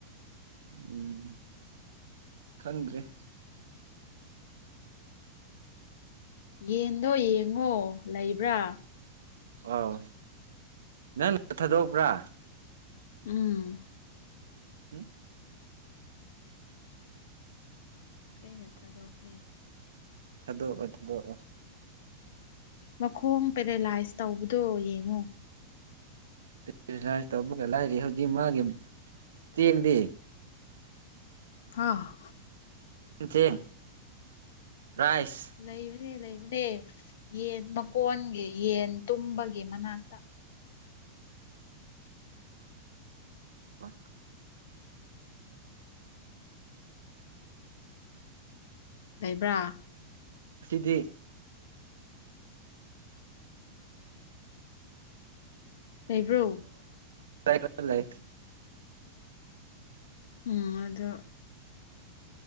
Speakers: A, on the right; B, on the left.
A: ꯎꯝ ꯊꯟ꯭ꯔꯔꯤ
B: ꯌꯦꯟꯗꯣ ꯌꯦꯡꯉꯣ ꯂꯩꯕ꯭ꯔꯥ
A: ꯑꯣ ꯅ ꯃ ꯊꯗꯧ ꯄꯨꯔꯥ
B: ꯎꯝ
A: ꯎꯝ
B: ꯀꯩ ꯅ ꯊꯥꯗꯣꯛꯈꯔꯦ
A: ꯊꯗꯣꯛꯑꯣ ꯊꯗꯣꯛꯑꯣ
B: ꯃꯈꯣꯡ ꯄꯦꯔꯦꯂꯥꯏꯁ ꯇꯧꯕꯗꯣ ꯌꯦꯡꯉꯣ
A: ꯀꯇꯂꯥꯏ ꯇꯧꯕꯒ ꯂꯥꯏꯔꯤ ꯍꯧꯖꯤꯛ ꯃꯥꯒꯤ ꯆꯦꯡꯗꯤ
B: ꯑ
A: ꯎ ꯆꯦ ꯔꯥꯏꯁ
B: ꯂꯩꯕꯅꯦ ꯂꯩꯕꯅꯦ ꯌꯦꯟ ꯃꯀꯣꯟꯒꯤ ꯌꯦꯟ ꯇꯨꯝꯕꯒꯤ ꯃꯅꯥꯛꯇ
A: ꯋꯥ
B: ꯂꯩꯕ꯭ꯔꯥ
A: ꯁꯤꯗꯤ
B: ꯂꯩꯕ꯭ꯔꯣ
A: ꯇꯏ <inaudible>
B: ꯎꯝ ꯑꯗꯣ